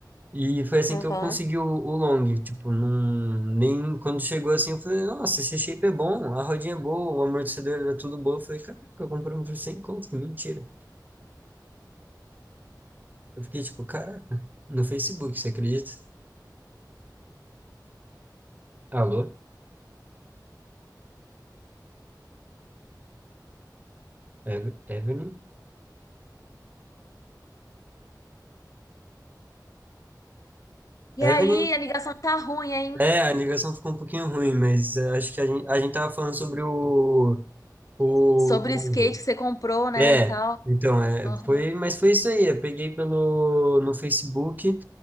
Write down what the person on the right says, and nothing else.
E foi assim
que eu consegui o, o long, tipo, num, nem quando chegou assim, eu falei, nossa, esse shape é bom, a rodinha é boa, o amortecedor era tudo bom. Eu falei, caraca, eu comprei um por 100 conto, que mentira. Eu fiquei tipo, caraca, no Facebook, você acredita? Alô? Eve- Evelyn?
Evelyn?
É, a ligação ficou um pouquinho ruim, mas eh, acho que a gente, a gente tava falando sobre o, o
long.
É,
então, é,
foi, mas foi isso aí. Eu peguei pelo, no Facebook